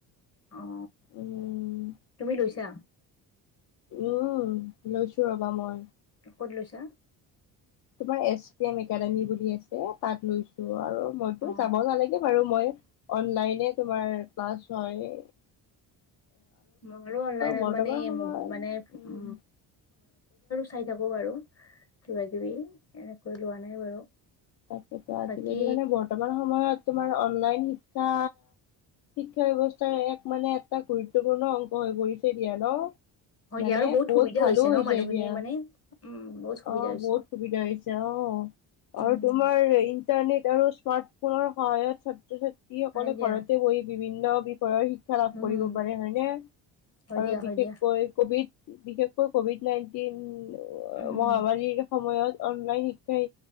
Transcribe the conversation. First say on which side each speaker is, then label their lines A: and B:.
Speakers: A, on the left (about 30°); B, on the left (about 45°).
A: অ,
B: উম
A: তুমি লৈছা?
B: উম, লৈছো ৰবা মই।
A: কত লৈছা?
B: তোমাৰ এছ পি এম একাডেমি বুলি আছে তাত লৈছো। আৰু মইতো
A: অ
B: যাব নালাগে বাৰু মই অনলাইনে তোমাৰ প্লাছ হয়।
A: মই, আৰু অনলাইন
B: বৰ্তমান
A: মানে
B: সময়ত
A: মানে উ,
B: উম
A: চাই থাকো বাৰু কিবা কিবি, এনেকৈ লোৱা নাই বাৰু।
B: তাকেতো, আজিকালি
A: বাকী
B: মানে বৰ্তমান সময়ত তোমাৰ অনলাইন শিক্ষা শিক্ষা ব্যৱস্থাৰ এক মানে এটা গুৰুত্বপূৰ্ণ অংশ হৈ পৰিছে দিয়া ন।
A: হয় দিয়া
B: মানে
A: আৰু
B: বহুত
A: সুবিধা
B: ভালো হৈছে
A: ন মানুহখিনিৰ
B: এতিয়া।
A: মানে উম বহুত সুবিধা
B: অ',
A: হৈছে
B: বহুত সুবিধা হৈছে অ,
A: উম
B: আৰু তোমাৰ ইণ্টাৰনেট আৰু স্মাৰ্ট ফোনৰ সহায়ত ছাত্ৰ ছাত্ৰীসকলে
A: হয় দিয়া
B: ঘৰতে বহি বিভিন্ন বিষয়ৰ শি শিক্ষা লাভ
A: উম
B: কৰিব পাৰে হয়নে?
A: হয়
B: আৰু
A: দিয়া হয়
B: বিশেষকৈ
A: দিয়া
B: কভিড বিশেষকৈ কভিড নাইনটিন
A: উম
B: মহামাৰীৰ সময়ত অনলাইন শিক্ষাই